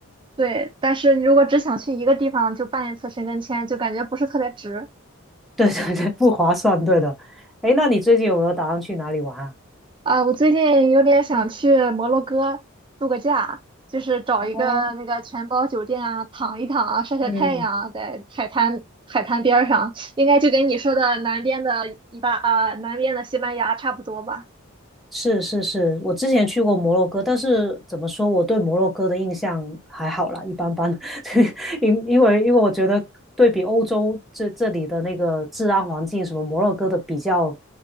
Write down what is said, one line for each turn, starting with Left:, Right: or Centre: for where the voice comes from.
Right: 对，但是你如果只想去一个地方就办一次申根签，就感觉不是特别值。
Centre: 对对对，不划算，对的。诶，那你最近有没有打算去哪里玩啊？
Right: 啊，我最近有点想去摩洛哥度个假，就是找一个那个全包酒店啊，
Centre: 哦，
Right: 躺一躺啊，晒晒太阳啊在海滩海滩边儿上，
Centre: 嗯
Right: 应该就跟你说的南边的一大啊，南边的西班牙差不多吧。
Centre: 是是是，我之前去过摩洛哥，但是怎么说，我对摩洛哥的印象还好啦，一般般。<laughs> 因因为因为我觉得对比欧洲这这里的那个治安环境，什么摩洛哥的比较